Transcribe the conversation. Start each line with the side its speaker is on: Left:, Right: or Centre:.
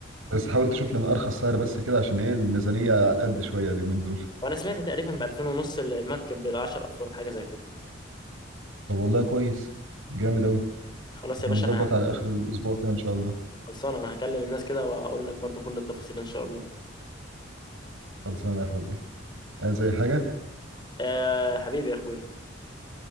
Right: بس حاول تشوف لنا أرخص سعر بس كده عشان ايه الميزانية على قد شوية اليومين دول
Left: وانا سمعت تقريبا ب 2000 ونص المركب لل 10 افراد حاجه زي كده
Right: طب والله كويس جامد أوي
Left: خلاص
Right: احنا
Left: يا باشا
Right: نظبط
Left: انا
Right: على آخر الأسبوع كده إن شاء الله
Left: خلصان انا هكلم الناس كده واقول لك برضو كل التفاصيل ان شاء الله
Right: خلصانة يا حبي عايز أي حاجة
Left: أه حبيبي يا اخويا